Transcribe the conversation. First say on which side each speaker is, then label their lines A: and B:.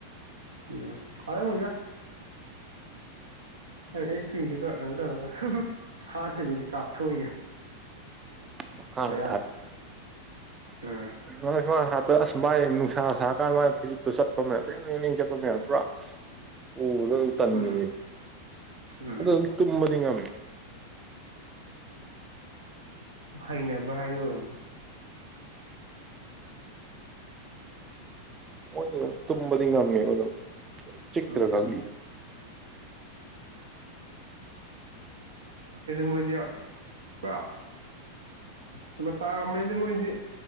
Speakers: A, on the right; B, on the right.
A: ꯎꯝ ꯑꯔꯦ ꯦ ꯑꯦꯁ ꯄꯤꯗꯨꯕ ꯀꯩꯅꯣ ꯇꯧꯔꯒ ꯍꯥꯥ ꯇ ꯃꯤꯗꯤ ꯀꯞꯊꯏꯒ
B: ꯃꯈꯥꯗ
A: ꯃꯅ ꯎꯝ
B: ꯃꯥ ꯃꯥ ꯁꯥꯄ ꯑꯁ ꯃꯥꯥꯏ ꯅꯨꯡꯁꯥ ꯁꯥꯔꯀꯥꯟꯗ ꯃꯥꯒꯤ ꯐꯤꯖꯤꯠꯇꯨ ꯆꯠꯄ ꯃꯌꯥꯝ ꯂꯦꯡ ꯂꯦꯡ ꯂꯦꯡ ꯆꯠꯄ ꯃꯌꯥꯝ ꯄꯨꯔꯥ ꯑꯣ ꯑꯗꯨ ꯑꯗꯨ ꯇꯅꯤ
A: ꯎꯝ ꯎꯝ
B: ꯑ ꯇꯨꯝꯃꯗꯤ ꯉꯃꯤ
A: ꯍꯩꯅꯕ ꯍꯥꯏꯅ ꯑꯣꯏꯔꯝꯁꯨ
B: ꯃꯣꯏ ꯇꯨꯝꯕꯗꯤ ꯉꯝꯃꯦꯕ ꯑꯗꯨꯝ ꯆꯤꯛꯇ꯭ꯔꯒꯗꯤ
A: ꯎꯝ ꯃꯣꯏꯗꯤ ꯀ ꯁ ꯇꯥꯃꯩꯁ ꯃꯣꯏꯁꯤ